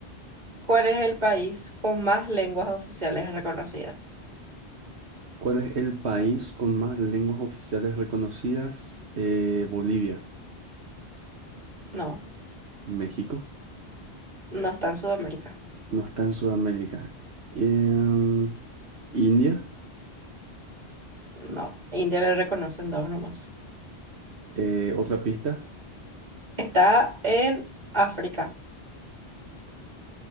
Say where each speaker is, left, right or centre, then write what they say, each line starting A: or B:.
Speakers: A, on the right (about 40°); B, on the right (about 80°).
A: ¿Cuál es el país con más lenguas oficiales reconocidas?
B: ¿Cuál es el país con más lenguas oficiales reconocidas? Eh, Bolivia,
A: No,
B: México,
A: no está en Sudamérica.
B: no está en Sudamérica. Em, India,
A: No, India le reconocen dos nomás.
B: eh, otra pista,
A: Está en África.